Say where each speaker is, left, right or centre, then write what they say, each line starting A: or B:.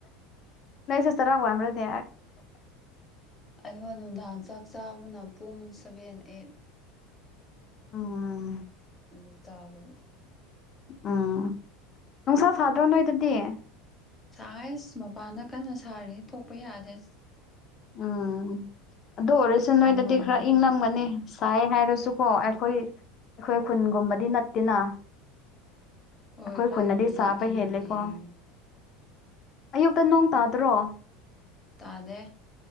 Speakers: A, on the left; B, on the left.
A: ꯅꯪꯁꯨ ꯆꯥꯔꯎ ꯋꯥꯟꯕꯔꯗꯨꯗꯤ꯫
B: ꯑꯗꯨꯒ ꯅꯨꯡꯗꯥꯡ ꯆꯥꯛ ꯆꯥꯕꯅ ꯄꯨꯡ ꯁꯚꯦꯟ ꯑꯩꯠ꯫
A: ꯎꯝ꯫
B: ꯑꯗꯨ ꯆꯥꯕ꯫
A: ꯎꯝ ꯅꯨꯡꯁꯥ ꯁꯥꯗ꯭ꯔꯣ ꯅꯣꯏꯗꯗꯤ꯫
B: ꯁꯥꯏꯁ ꯃꯄꯥꯟꯗ ꯀꯟꯅ ꯁꯥꯔꯤ ꯊꯣꯛꯄ ꯌꯥꯗ꯭ꯔꯦ꯫
A: ꯎꯝ ꯑꯗꯨ ꯑꯣꯏꯔꯁꯤ
B: ꯁꯥꯃꯟꯗꯅ
A: ꯅꯣꯏꯗꯗꯤ ꯈꯔ ꯏꯪꯉꯝꯒꯅꯤ꯫ ꯁꯥꯏ ꯍꯥꯏꯔꯁꯨꯀꯣ ꯑꯩꯈꯣꯏ ꯑꯩꯈꯣꯏ ꯈꯨꯟꯒꯨꯝꯕꯗꯤ ꯅꯠꯇꯦꯅ꯫
B: ꯍꯣꯏ
A: ꯑꯩꯈꯣꯏ
B: ꯈꯔꯕꯨꯗꯤ
A: ꯈꯨꯅꯗꯤ ꯆꯥꯕ
B: ꯏꯪꯕꯨꯗꯤ
A: ꯍꯦꯜꯂꯦꯀꯣ꯫
B: ꯏꯪ
A: ꯑꯌꯨꯛꯇ ꯅꯣꯡ ꯇꯥꯗ꯭ꯔꯣ꯫
B: ꯇꯥꯗꯦ꯫